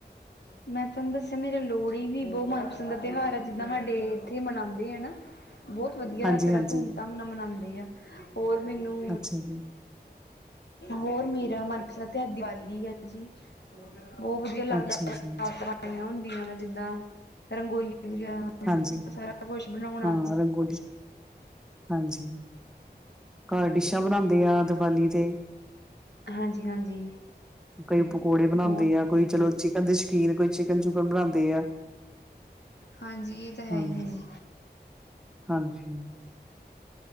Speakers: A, on the left (about 80°); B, in the centre.
A: ਮੈਂ ਤੁਹਾਨੂੰ ਦੱਸ ਅੱਾ ਮੇਰਾ ਲੋਹੜੀ ਵੀ ਬਹੁਤ ਮਨਪਸੰਦ ਦਾ ਤਿਉਹਾਰ ਹੈ ਜਿੱਦਾਂ ਸਾਡੇ ਇੱਥੇ ਮਨਾਉਂਦੇ ਆ ਨਾ। ਬਹੁਤ ਵਧੀਆ
B: ਹਾਂਜੀ
A: ਤਰ੍ਹਾਂ
B: ਹਾਂਜੀ
A: ਧੂਮ ਧਾਮ ਨਾਲ ਮਨਾਉਂਦੇ ਆ ਹੋਰ ਮੈਨੂੰ
B: ਅੱਛਾ ਜੀ
A: ਹੋਰ ਮੇਰਾ ਮਨਪਸੰਦ ਹੈ ਦੀਵਾਲੀ ਆ ਜੀ। ਬਹੁਤ ਵਧੀਆ ਲੱਗਦਾ
B: ਅੱਛਾ ਜੀ
A: ਵਵਾਈਆਂ ਹੁੰਦੀਆਂ ਵਾ ਜਿੱਦਾਂ ਰੰਗੋਲੀਆਂ। ਠ
B: ਹਾਂਜੀ
A: ਸਾਰਾ ਕੁਛ ਬਣਾਉਣਾ।
B: ਹਾਂ ਰੰਗੋਲੀ ਹਾਂਜੀ ਘਰ ਡਿਸ਼ਾਂ ਬਣਾਉਦੇ ਆ ਦੀਵਾਲੀ ਤੇ।
A: ਹਾਂਜੀ ਹਾਂਜੀ।
B: ਕਈ ਪਕੌੜੇ ਬਣਾਉਂਦੇ
A: ਬਹੁਤ
B: ਆ ਕੋਈ
A: ਵਧੀਆ
B: ਚਲੋ ਚਿਕਨ ਦੇ ਸ਼ਕੀਰ ਕੋਈ। ਚਿਕਨ ਚੁਕਨ ਬਣਾਉਂਦੇ ਆ।
A: ਹਾਂਜੀ ਇਹ ਤਾਂ ਹੈ
B: ਹਮ
A: ਹੀ ਹੈ ਜੀ
B: ਹਾਂਜੀ।